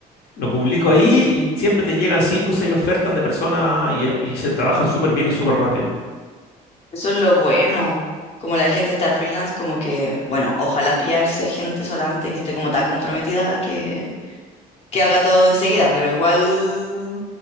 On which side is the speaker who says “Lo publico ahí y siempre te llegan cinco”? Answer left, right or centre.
Left